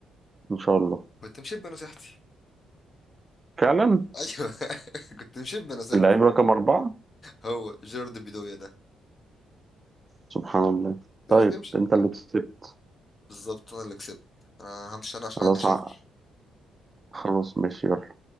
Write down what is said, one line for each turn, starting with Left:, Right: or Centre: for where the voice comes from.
Right: ان شاء الله
Left: كنت مشيب بنصيحتي
Right: فعلا
Left: ايوه <laughs> كنت مشيب بنصيحتي
Right: اللعيب رقم اربعه
Left: هو جيرارد بيدويا ده
Right: سبحان الله
Left: قلت
Right: طيب
Left: لك امشي
Right: انت
Left: امشي.
Right: اللي كسبت
Left: بالظبط انا اللي كسبت انا همشي انا عشان
Right: خلاص
Left: عندي شغل
Right: ع- خلاص ماشي يلا